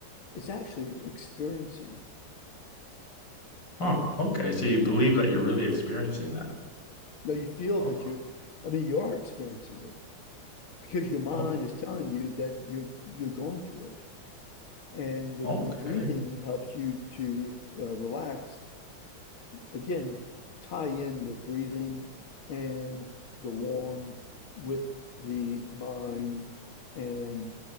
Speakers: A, on the left; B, on the left.
A: it's actually experiencing.
B: Huh. Okay. So you believe that you're really experiencing that.
A: No, you feel
B: Oh,
A: that you're I mean you are experiencing it because your mind
B: oh,
A: is telling you that you're you're going through it. And the,
B: okay.
A: the breathing helps you to uh, relax again, tie in the breathing and the warm with the mind and